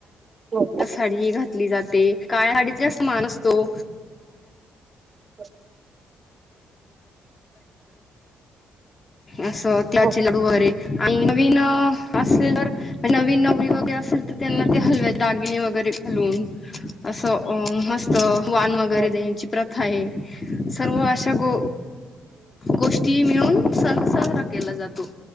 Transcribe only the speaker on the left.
साडी घात जाते काळडीत जात मान असतो
असं त्याचे
लाडू वगैरे आणि नवीन असेल तर नवीन नवरी वगैरे असेल तर त्यांना ते हलव्याचे दागिने वगैरे घालून असं मस्त वान वगैरे
द्याची प्रथा आहे सर्व अशा गो गोष्टी मिळून स के जातो